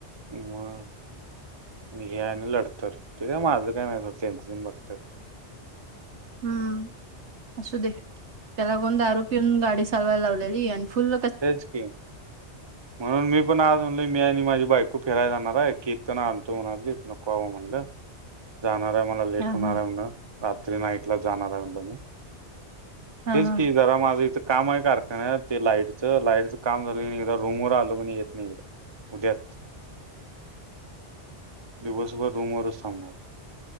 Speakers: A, on the right (about 25°); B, on the right (about 75°).
A: म आणि हे आणि लढत ते का माझं काही नाही ोडंं बघतात
B: हम्म असू दे त्याला कोन दारू पीऊन गाडी चालवायला लावलेली आणि फुल
A: तेच क म्हणून मी पण आज म्हणल मी आणि माझी बायको फिरायला जाणार आहे की इथण आणतो म्हणा नकोवं म्हणलं जाणार आहे मला लेट
B: हा
A: होणार
B: हा.
A: आहे म्हणट रात्री नाईट ला जाणार आहे म्हटलं मी
B: हा
A: तेच
B: हा.
A: कि जरा माझं इथं काम आहे कारखाना ते लाईट लाईटच काम झालं की नाही एक रूम वर आलो क नाही येत नाही एकदा उद्या दिवसभर रुम र सामना